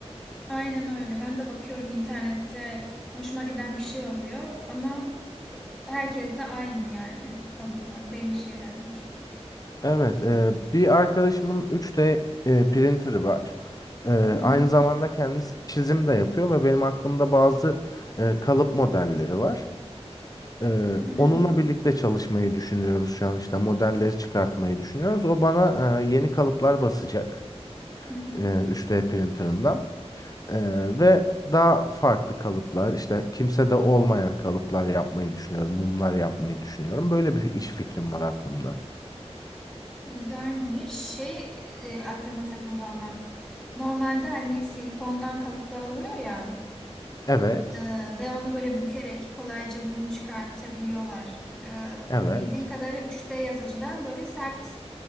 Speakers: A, in the centre; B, on the left (about 35°).
A: Aynen öyle. Ben de bakıyorum internette hoşuma giden bir şey oluyor ama e, herkes de aynı yani kalıplar, belli şeyler var.
B: Evet, e, bir arkadaşımın üç d e, printer'ı var. E,
A: Hı hı,
B: aynı zamanda kendisi çizim de yapıyor ve benim aklımda bazı e, kalıp modelleri var. E,
A: hı hı,
B: onunla birlikte çalışmayı düşünüyoruz şu an işte modelleri çıkartmayı düşünüyoruz. O bana e, yeni kalıplar basacak
A: hı hı.
B: e, 3D printer'ından. E, ve daha farklı kalıplar işte kimsede olmayan kalıplar yapmayı düşünüyorum, mumlar yapmayı düşünüyorum. Böyle bir iş fikrim var aklımda.
A: Güzelmiş. Şey e, aklıma takıldı ama normalde hani silikondan kalıplar oluyor ya
B: Evet,
A: e, ve onu böyle bükerek kolayca mumu çıkartabiliyorlar. E,
B: evet.
A: bildiğim kadarıyla 3D yazıcıdan böyle sert